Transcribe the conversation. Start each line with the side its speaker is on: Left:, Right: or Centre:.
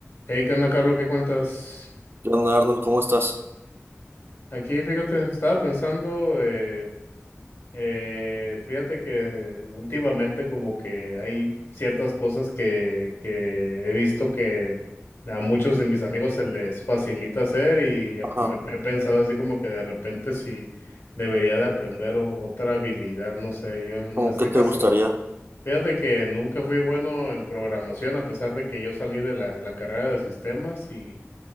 Left: Hey, ¿qué onda, Carlos? ¿Qué cuentas?
Right: ¿Qué onda, Arnold? ¿Cómo estás?
Left: Aquí, fíjate, estaba pensando, eh, eh, fíjate que últimamente como que hay ciertas cosas que, que he visto que a muchos de mis amigos se les facilita hacer y he,
Right: Ajá.
Left: me- he pensado así como que de repente si debería de aprender o- otra habilidad, no sé, yo en
Right: ¿Cómo
Left: este
Right: qué te
Left: caso,
Right: gustaría?
Left: fíjate que nunca fui bueno en programación a pesar de que yo salí de la, la carrera de sistemas y...